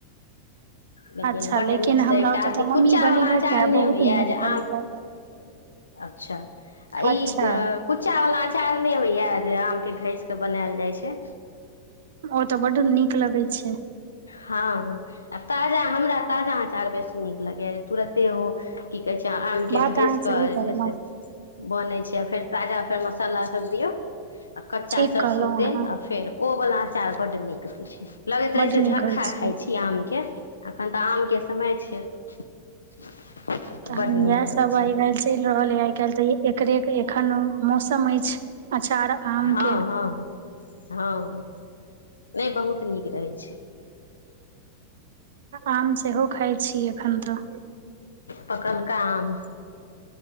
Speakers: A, on the left; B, on the right.
A: लेकिन
B: अच्छा
A: बड्ड नीकसँ
B: हमरा
A: एकटा
B: ओतऽ
A: अथि
B: तऽ मम्मी
A: कुच्चावला
B: बनेलक
A: अँचार
B: ये
A: नहि
B: बहुत
A: होइए
B: नीक
A: जे
B: बनेलक
A: आम
B: ये
A: अच्छा
B: अच्छा
A: ई कु्चावला चारने होइया जे आम के घस के बनायल जाइ छै
B: ओ तऽ ब् नीक लगै छै
A: हँ ह आ ताजा हमरा ताजा अँचाार बेसी नीक लगैए जे तुरते ओ कि कहै छै आमके
B: बात
A: घसि
B: अहाँ
A: कऽ
B: सही
A: जे
B: कहलहुँ
A: छै से बनै छै आ फेर ताजा फेर मसाला सभ दियौ आ कच्चा
B: ठीक
A: सरसो
B: कहलहुँ
A: तेल
B: अहाँ
A: आ फेर ओवला अचार बड्ड नीक हो छै लगैत
B: बड
A: रहै छै
B: नीक
A: झक्का
B: होइ छै
A: खाइ छी आम के एखन तऽ आमके समय छै तऽ
B: तहन
A: बड्ड
B: इएह
A: नीक
B: सब
A: रहै छै
B: आइ काल् चलि रहल है आइ काल्हि तऽ ये एकरे एखन मौसम अछि अचार आम
A: हँ
B: के
A: हँ हँ नहि बहुत नीक रहै छै
B: आम सेहो खाइ छी एखन तऽ
A: पकलका आम